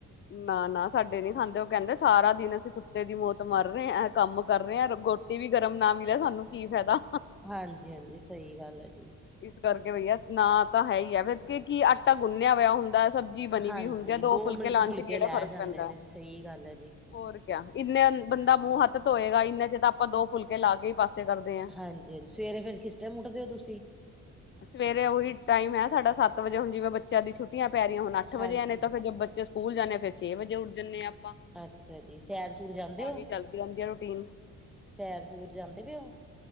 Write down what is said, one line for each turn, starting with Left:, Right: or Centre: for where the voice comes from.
Left: ਨਾ-ਨਾ ਸਾਡੇ ਨੀ ਖਾਂਦੇ ਉਹ ਕਹਿੰਦੇ ਸਾਰਾ ਦਿਨ ਅਸੀਂ ਕੁੱਤੇ ਦੀ ਮੌਤ ਮਰ ਰਹੇ ਆ। ਕੰਮ ਕਰ ਰਹੇ ਆ ਗੋਟੀ ਵੀ ਗਰਮ ਨਾ ਮਿਲੇ ਸਾਨੂੰ ਕੀ ਫਾਇਦਾ।
Centre: ਹਾਂਜੀ-ਹਾਂਜੀ ਸਹੀ ਗੱਲ ਹੈ ਜੀ।
Left: ਇਸ ਕਰਕੇ ਬਈਆ ਨਾ ਤਾਂ ਹੈ ਹੀ ਫਿਰ ਕੀ ਆਟਾ ਗੁੰਨਿਆ ਹੋਇਆ ਹੁੰਦਾ ਸਬ ਜੀ ਬਣੀ
Centre: ਹਾਂਜੀ
Left: ਵੀ ਹੁੰਦੀ ਆ ਦੋ ਫੁਲਕੇ
Centre: ਮਿੰਟ
Left: ਲਾਉਣ ਚ ਕਿਹੜਾ
Centre: ਲੈ
Left: ਫ਼ਰਕ
Centre: ਜਾਂਦੇ
Left: ਪੈਂਦਾ।
Centre: ਨੇ ਸਹੀ ਗੱਲ ਹੈ ਜੀ।
Left: ਹੋਰ ਕਿਆ, ਇੰਨੇ ਬੰਦਾ ਮੂੰਹ ਹੱਥ ਧੋਏਗਾ ਇਨੇ ਚ ਤਾਂ ਆਪਾਂ ਦੋ ਫੁਲਕੇ ਲਾ ਕੇ ਹੀ ਪਾਸੇ ਕਰਦੇ ਆ।
Centre: ਹਾਂਜੀ-ਹਾਂਜੀ ਸਵੇਰੇ ਫੇਰ ਕਿਸ ਟੈਮ ਉੱਠਦੇ ਹੋ ਤੁਸੀਂ?
Left: ਸਵੇਰੇ ਉਹੀ ਟਾਈਮ ਹੈ ਸਾਡਾ ਸੱਤ ਵਜੇ ਹੁਣ ਜਿਵੇਂ ਬੱਚਿਆਂ ਦੀ ਛੁੱਟੀਆ ਪੈ ਰਹੀਆਂ ਹੋਣ ਅੱਠ ਵਜੇ
Centre: ਹਾਂਜੀ
Left: ਆ ਨੇ
Centre: ਹਾਂਜੀ।
Left: ਤਾਂ ਫਿਰ ਜੇ ਬੱਚੇ ਸਕੂਲ ਜਾਨੇ ਆ ਫੇਰ ਛੇ ਵਜੇ ਉੱਠ ਜਾਂਦੇ ਆਪਾਂ।
Centre: ਅੱਛਾ ਜੀ ਸੈਰ ਸੂਰ ਜਾਂਦੇ ਹੋ,
Left: ਐਵੇਂ ਚੱਲਦੀ ਰਹਿੰਦੀ ਆ ਰੂਟੀਨ
Centre: ਸੈਰ ਸੂਰ ਜਾਂਦੇ ਪਓ ਹੋ।